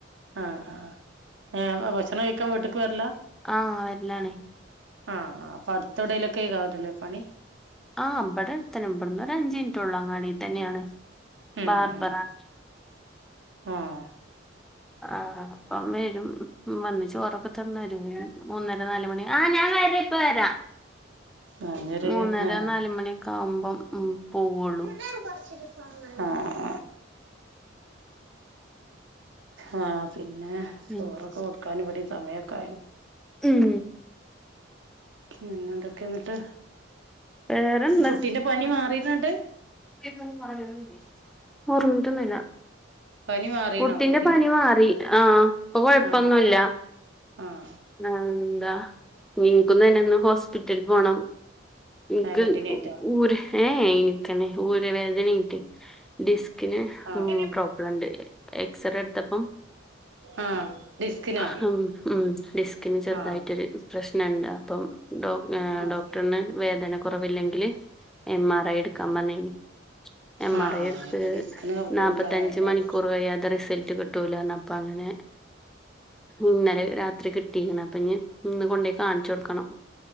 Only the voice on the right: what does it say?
ആഹ് ആഹ് ഏ ഭക്ഷണം കഴിക്കാൻ വീട്ട്ക്ക് വരലാ
ആഹ് ആഹ് അപ്പടുത്തെവിടെയിലൊക്കെ ആവത്തില്ലേ പണി
ഉം
ഉം ആഹ്
ഞാനൊരു
ആഹ്
<unintelligible> ആഹ് ആഹ് പിന്നെ ചോറൊക്കെ
കൊടുക്കാൻ ഇവിടേം സമയൊക്കെയായി
പിന്നെന്തൊക്കെയാ ന്നിട്ട്
കുട്ടീന്റെ പനി മാറീന്നാണ്ട്
പനി മാറീണോ
കുട്ടീന്റെ
ആഹ് ആഹ്
ആ കുട്ടിനായിട്ടോ
ആഹ്
ആഹ് ഡിസ്കിനോ
ആഹ്
ആഹ്
ആഹ്
ഡിസ്കിന് കംപ്ലൈന്റ്
ആയ നല്ലത്